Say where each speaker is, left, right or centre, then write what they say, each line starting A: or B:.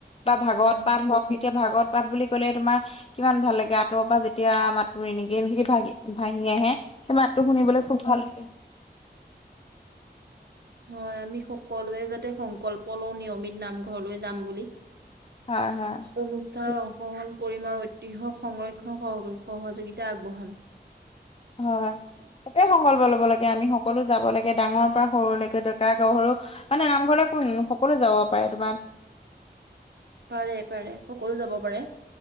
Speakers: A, on the left; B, on the right.
A: বা ভাগৱত
B: হয়
A: পাাত হওক এতিয়া ভাগৱত পাঠ বুলি ক'লে তোমাৰ কিমান ভাল লাগে আঁতৰ পৰা যেতিয়া মাতটো ৰিণিকি ৰিণিকি ভা ভাাহি আহে মাত শুনিবলৈ
B: হয়।
A: খুব ভাল লাগে।
B: হয় আমি সকলোৱে যাতে সংকল্প লওঁ নিয়মিত নামঘৰলৈ যাম বুলি।
A: হয়
B: অনুষ্ঠান
A: হয়
B: অংশগ্ৰহণ কৰিম আৰু ঐতিহ্য সংৰক্ষণ সহয সহযোগিতা আগবঢ়াম।
A: হয়। সংকল্প ল'ব লাগে আমি সকলো যাব লাগে ডাঙৰ পৰা সৰুলৈকে ডেকা সৰু মানে নামঘৰলৈ কোন সকলো যাব পাৰে তোমাৰ
B: পাৰে পাৰে সকলো যাব পাৰে